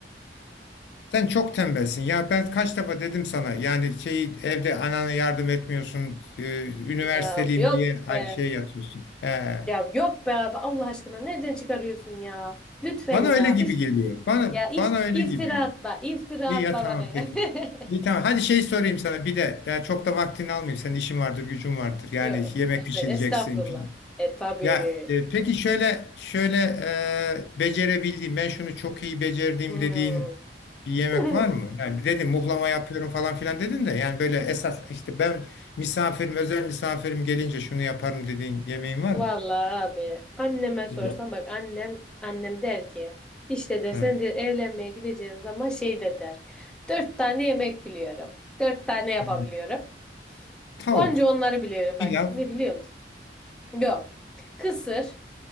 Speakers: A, on the left; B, in the centre.
A: sen çok tembelsin ya ben kaç defa dedim sana yani şey evde anana yardım etmiyorsun e, üniversiteliyim
B: ya yok
A: diye ay
B: be.
A: şey yatıyorsun. He.
B: Ya yok be abi Allah aşkına nereden çıkarıyorsun ya? Lütfen
A: Bana
B: ya.
A: öyle gibi
B: İf
A: geliyor. Bana
B: ya if
A: bana öyle
B: iftira
A: gibi.
B: atma. iftira
A: İyi
B: atma
A: ya tamam
B: bana ya.
A: peki.
B: <laughs>
A: İyi tamam. Hadi şey sorayım sana bir de. Daha çok da vaktini almayayım. Senin işin vardır, gücün vardır. Yani
B: Yok
A: yemek pişireceksin.
B: evet estağfurullah. E tabii.
A: Ya e, peki şöyle şöyle e, becerebildiğim ben şunu çok iyi becerdiğim
B: Hmm.
A: dediğin bir yemek
B: <laughs>
A: var mı? Yani dedim muhlama yapıyorum falan filan dedin de yani böyle esas işte ben misafirim özel misafirim gelince şunu yaparım dediğin yemeğin var
B: Vallahi
A: mı?
B: abi anneme sorsan
A: Yok.
B: bak annem annem der ki işte der sen
A: Hı.
B: der evlenmeye gideceğin zaman şey de der. Dört tane yemek biliyorum. Dört tane yapabiliyorum.
A: Hı. Tavuk,
B: Onca onları biliyorum
A: pilav.
B: bak. Ne biliyor Yok. Kısır,